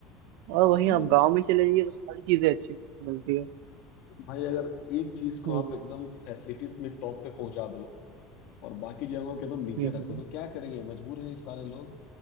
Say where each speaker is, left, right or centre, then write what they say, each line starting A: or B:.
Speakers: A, on the left; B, on the right.
A: हाँ,
B: और वहीं
A: असल
B: आप
A: में
B: गांव में चले जाइए तो सारी चीजें अच्छी मिलती है
A: भाई अगर एक चीज को
B: हम्म
A: आप एकदम फैसिलिटीज में टॉप पे पहुंचा दो और बाकी जगहों के तुम नीचे
B: हम्म
A: रखो तो क्या करेंगे मजबूर है ये सारे लोग